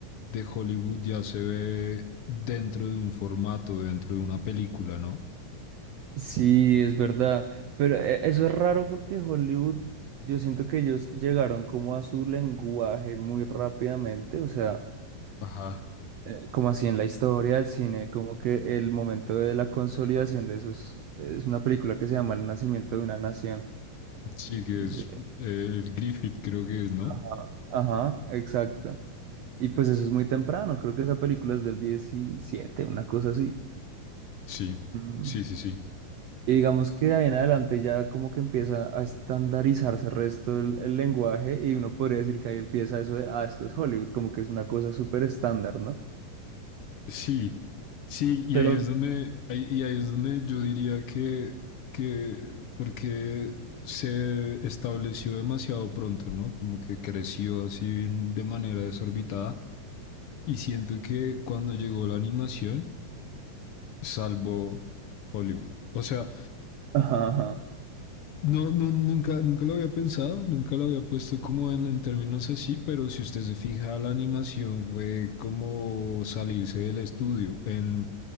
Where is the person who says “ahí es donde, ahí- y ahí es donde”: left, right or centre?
Left